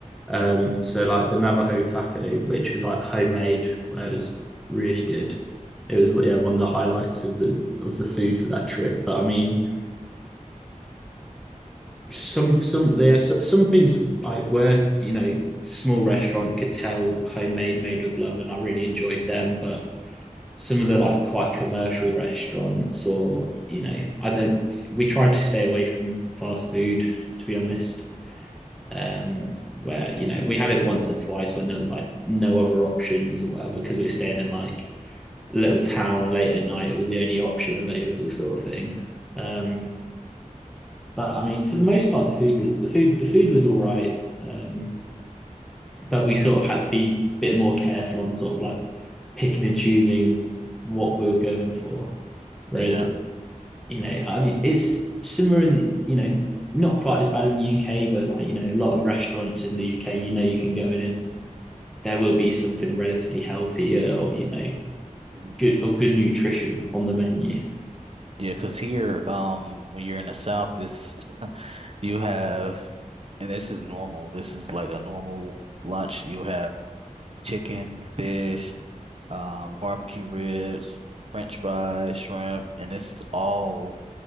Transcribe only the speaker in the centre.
Um,
so like the Navajo taco, which was like homemade, uh, it was really good. It was yeah one of the highlights of the of the food for that trip. But I mean. some some there some things like were you know small restaurant could tell homemade made with love and I really enjoyed them but
some of the like quite commercial restaurants or you know I don't we tried to stay away from fast food to be honest um where you know we had it once or twice when there was like no other options or whatever because we're staying in like a little town late at night it was the only option available sort of thing um but
I mean, for the most part, the food the food the food was all right. Um, but we sort of had to be a bit more careful on sort of like picking and choosing what we were going for. Whereas,
you know, I mean, it's similar in the, you know, not quite as bad in the UK, but like, you know, a lot of restaurants in the UK, you know, you can go in and there will be something relatively healthier or, you know,
good of good nutrition on the menu.